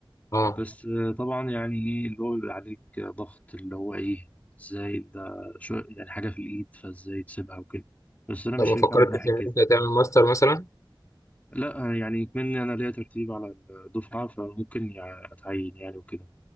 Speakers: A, on the left; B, on the left.
A: اه
B: بس آه، طبعا يعني ايه اللي هو بيبقى عليك ضغط اللي هو ايه ازاي ده شو يعني حاجه في الايد فازاي تسيبها وكده بس انا
A: طب
B: مش
A: ما
B: شايفها
A: فكرتش
B: من ناحيه
A: ان
B: كده
A: انت تعمل ماستر مثلا؟
B: لا يعني مني انا ليا ترتيب على الدفعه فممكن يعني اتعين يعني وكده